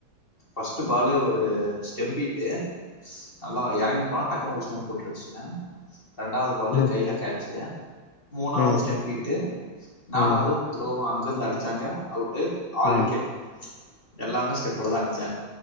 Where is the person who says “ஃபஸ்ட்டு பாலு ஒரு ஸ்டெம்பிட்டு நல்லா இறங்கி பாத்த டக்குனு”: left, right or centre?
Left